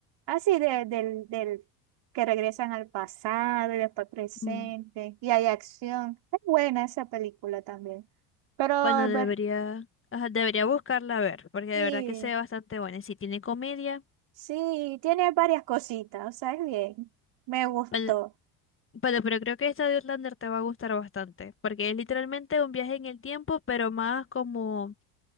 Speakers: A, on the right (about 60°); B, on the left (about 25°).
A: así de, del, del que regresan al pasado y después presente
B: ujú.
A: y hay acción. Es buena esa película también. Pero,
B: Bueno, debería,
A: ver,
B: ajá, debería buscarla a ver, porque
A: sí.
B: de verdad que se ve bastante buena. Y si tiene comedia,
A: Sí, tiene varias cositas, o sea, es bien. Me gustó.
B: bueno, bueno, pero creo que esta de Outlander te va a gustar bastante, porque es literalmente un viaje en el tiempo, pero más como,